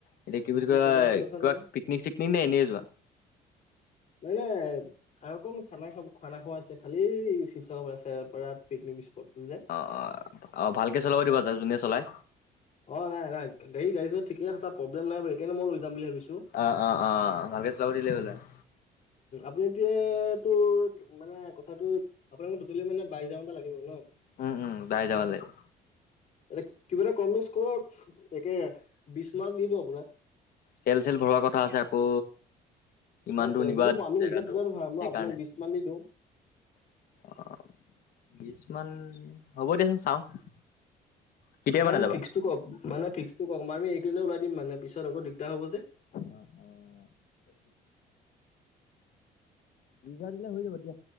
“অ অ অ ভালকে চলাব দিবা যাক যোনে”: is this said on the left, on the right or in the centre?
Left